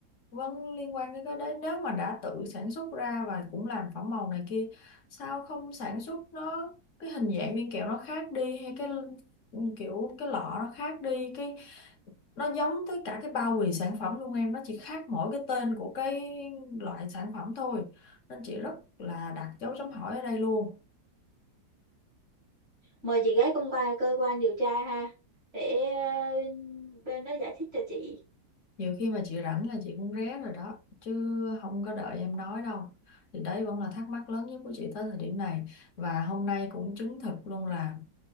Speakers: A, on the left (about 55°); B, on the right (about 40°).
A: vẫn liên quan đến cái đấy nếu mà đã tự sản xuất ra và cũng làm phẩm màu này kia sao không sản xuất nó cái hình dạng viên kẹo nó khác đi hay cái kiểu cái lọ nó khác đi cái nó giống tới cả cái bao bì sản phẩm luôn em nó chỉ khác mỗi cái tên của cái loại sản phẩm thôi nên chị rất là đặt dấu chấm hỏi ở đây luôn
B: mời chị gái công quan cơ quan điều tra ha để ờ, bên đó giải thích cho chị
A: nhiều khi mà chị rảnh là chị cũng ré rồi đó chứ không có đợi em nói đâu thì đấy vẫn là thắc mắc lớn nhất của chị tới thời điểm này và hôm nay cũng chứng thực luôn là